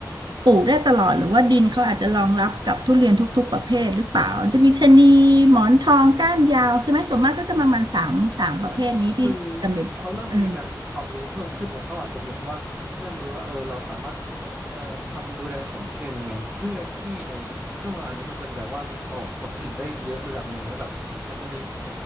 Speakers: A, on the right; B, on the right.
A: ปลูกได้ตลอดหรือว่าดินเขาอาจจะรองรับกับทุเรียนทุกๆประเภทหรือเปล่าจะมีชะนีหมอนทองก้านยาวใช่ไหมส่วนมากก็จะประมาณสามสามประเภทนี้ที่จำเป็นบ่อยเออ
B: ใช่ไหมคือเขาเริ่มมีการความรู้เพิ่มขึ้นไหม เขาอาจจะแบบว่าเริ่มรู้ว่าเออเราสามารถเอ่อทำดูแลสวนทุเรียนยังไงเพื่อที่ในช่วงเวลานี้มันจะแบบว่ามีออกผลผลิตได้เยอะระดับหนึ่งแล้วแบบอาจจะมี